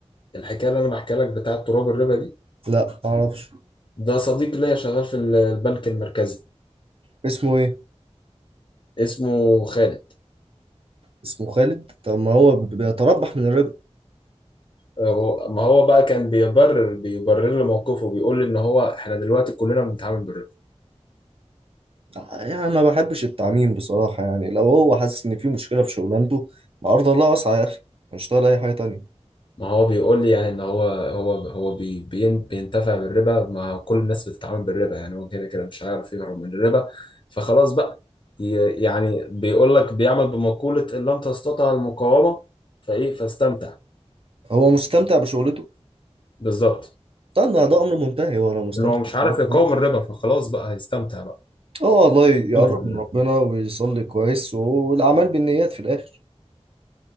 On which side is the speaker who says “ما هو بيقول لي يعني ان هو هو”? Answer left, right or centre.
Left